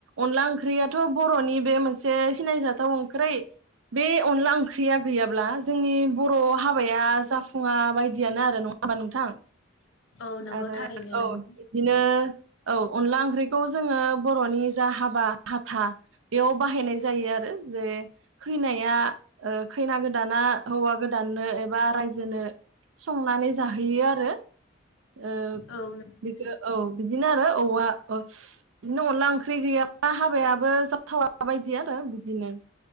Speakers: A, on the right; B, on the left.
A: अनला ओंख्रिया थ' बर'नि बे मोनसे सिनायजाथाव ओंख्रि बे अनला ओंख्रिया गैयाब्ला जोंनि बर' हाबाया जाफुङा बायदियानो आरो नङा होमबा नोंथां? आरो
B: औ नंगौ थारैनो
A: औ
B: नंगौ
A: बिदिनो औ अनला ओंख्रिखौ जोङो बर'नि जा हाबा हाथा बेयाव बाहायनाय जायो आरो जे खैनाया ओ खैना गोदाना हौवा गोदाननो एबा रायजोनो संनानै जाहोयो आरो। ओ
B: औ नंगौ
A: बेखौ औ बिदिनो आरो औवा अ बिदिनो अनला ओंख्रि गैयाबा हाबायाबो जाथावा बायदि आरो बिदिनो